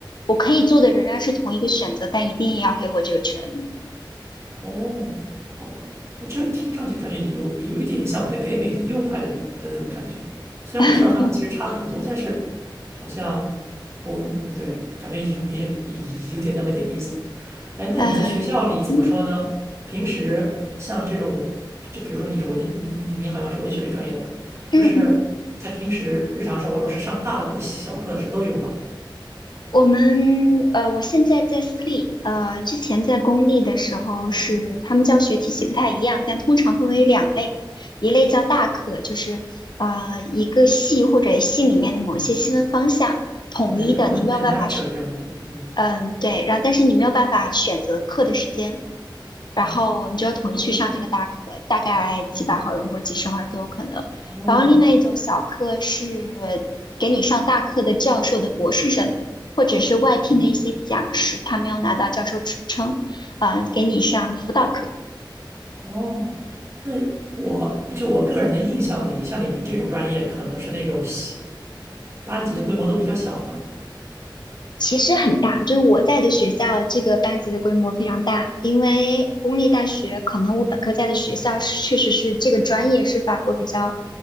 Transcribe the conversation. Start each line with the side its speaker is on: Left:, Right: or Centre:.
Left: 我可以做的仍然是同一个选择，但一定也要给我这个权利。
Right: 哦，好吧，那这听上去感觉有有一点像北北美的右派的的那种感觉，虽然我知道他们其实差了很多，
Left: <laughs>
Right: 但是好像不，嗯对，感觉有也也有点那么点意思。哎，那你在学校里怎么说呢？
Left: 呃，嗯
Right: 平时像这种，就比如说你是文，你你你好像是文学类专业的吧？就是在平时日常生活中是上大课、
Left: 嗯嗯。
Right: 小课是都有吗？
Left: 我们呃，我现在在私立，呃，之前在公立的时候是他们教学体系不太一样，
Right: 哦
Left: 但通常分为两类，一类叫大课，就是呃一个系或者系里面的某一些细分方向统一的，
Right: 哦，对对，我们那种
Left: 你没有办法选，
Right: lecture 这样的，嗯，
Left: 嗯，对，然后但是你没有办法选择课的时间，
Right: 哦，
Left: 然后你就要统一去上这个大课，
Right: 公立，
Left: 大概几百号人或几十号人都有可能。
Right: 嗯，哦，
Left: 然后另外一种小课是给你上大课的教授的博士生，或者是外聘的一些讲师，
Right: 嗯，
Left: 他没有拿到教授职称，啊、给你上辅导课。
Right: 哦，那我就我个人的印象里，像你们这种专业，可能是那种小班级的规模都比较小嘛。
Left: 其实很大，就是我在的学校这个班级的规模非常大，因为公立大学可能我本科在的学校是确实是这个专业是法国比较